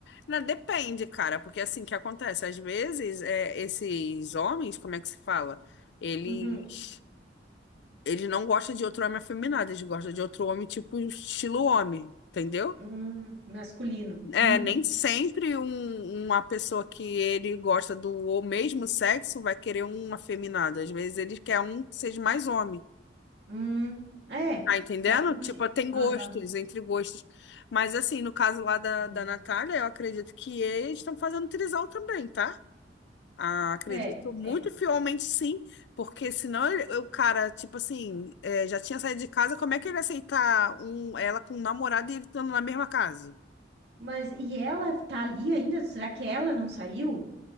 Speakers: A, on the left; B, on the right.
A: Não, depende, cara, porque assim, que acontece? Às vezes, é, esses homens, como é que se fala? Eles,
B: Uhum.
A: eles não gostam de outro homem afeminado, eles gostam de outro homem tipo estilo homem, entendeu?
B: Hum, masculino.
A: É,
B: Uhum.
A: nem sempre um- uma pessoa que ele gosta do o mesmo sexo vai querer um afeminado. Às vezes ele quer um que seja mais homem.
B: Hum, é,
A: Tá entendendo?
B: faz sentido.
A: Tipo, tem gostos,
B: Aham.
A: entre gostos. Mas assim, no caso lá da,
B: Uhum.
A: da Natália, eu acredito que eles estão fazendo trisal também, tá? Ah, acredito
B: É,
A: muito
B: é.
A: fielmente sim, porque senão ele- o cara, tipo assim, é, já tinha saído de casa, como é que ele ia aceitar um, ela com um namorado e ele estando na mesma casa?
B: Mas e ela tá ali ainda? Será que ela não saiu?